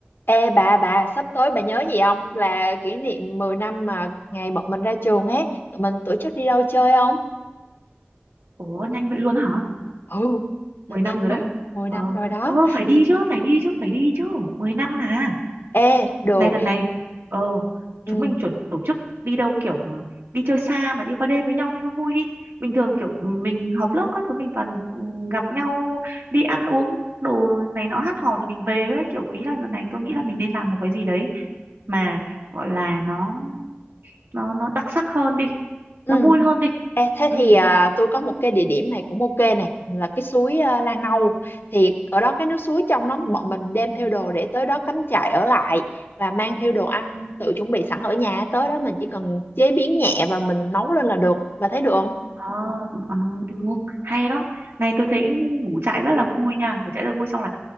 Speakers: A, on the left (about 60°); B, on the right (about 75°).
A: Ê bà bà sắp tới bà nhớ gì không là kỷ niệm 10 năm mà ngày bọn mình ra trường ấy tụi mình tổ chức đi đâu chơi không
B: Ủa nhanh vậy luôn á hả?
A: ừ
B: 10 năm rồi
A: 10,
B: đấy.
A: 10
B: Ờ,
A: năm rồi đó
B: ờ phải đi chứ, phải đi chứ, phải đi chứ. 10 năm mà.
A: ê được
B: Này đợt này, ờ, chúng
A: ừ
B: mình chuẩn tổ chức đi đâu kiểu ừ, đi chơi xa mà đi qua đêm với nhau đi cho vui đi. Bình thường kiểu ừ, mình họp lớp các thứ mình toàn ừ, gặp nhau đi ăn uống đồ này nọ hát hò rồi mình về đấy kiểu ý là
A: Ừ.
B: lần này tôi nghĩ là mình nên làm một cái gì đấy mà gọi là nó nó nó đặc sắc hơn đi
A: ừ
B: nó vui hơn đi
A: ê thế
B: ừ
A: thì à, tôi có một cái địa điểm này cũng ok này là cái suối à, Lan Âu thì ở đó cái nước suối trong đó bọn mình đem theo đồ để tới đó cắm trại ở lại và mang theo đồ ăn tự chuẩn bị sẵn ở nhà tới đó mình chỉ cần chế biến nhẹ và mình nấu lên là được bà thấy được không
B: Ờ, ờ, được hay đó này tôi thấy ngủ trại rất là vui nha ngủ trại rất là vui xong là